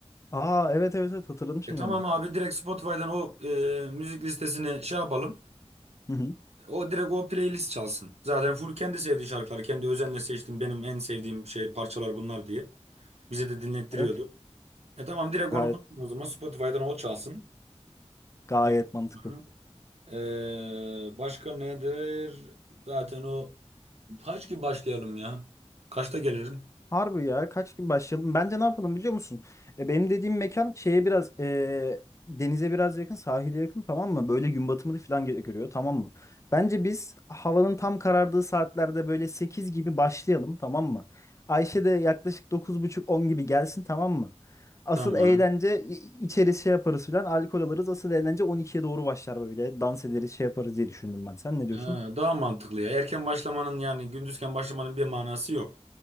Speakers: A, on the left; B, on the right.
A: Aa evet evet evet hatırladım şimdi
B: E tamam
A: onu.
B: abi direkt Spotify'dan o eee, müzik listesini şey yapalım.
A: Hı hı.
B: O direkt o playlist çalsın. Zaten full kendi sevdiği şarkılar. Kendi özenle seçtim. Benim en sevdiğim şey parçalar bunlar diye. Bize de dinlettiriyordu.
A: Evet.
B: E tamam direkt
A: Gayet
B: onu koyalım o zaman. Spotify'dan o çalsın.
A: gayet
B: O-
A: mantıklı.
B: Hı. Ee, başka nedir? Zaten o kaç gibi başlayalım ya? Kaçta gelirim?
A: Harbi ya kaç gibi başlayalım? Bence ne yapalım biliyor musun? E, benim dediğim mekan şeye biraz e, denize biraz yakın, sahile yakın tamam mı? Böyle gün batımını falan gö- görüyor tamam mı? Bence biz havanın tam karardığı saatlerde böyle 8 gibi başlayalım tamam mı? Ayşe de yaklaşık dokuz buçuk on gibi gelsin tamam mı? Asıl
B: Tamam.
A: eğlence i- içeriz şey yaparız falan alkol alırız. Asıl eğlence on ikiye doğru başlar böyle. Dans ederiz şey yaparız diye düşündüm ben. Sen ne diyorsun?
B: Ha, daha mantıklı ya. Erken başlamanın yani gündüzken başlamanın bir manası yok.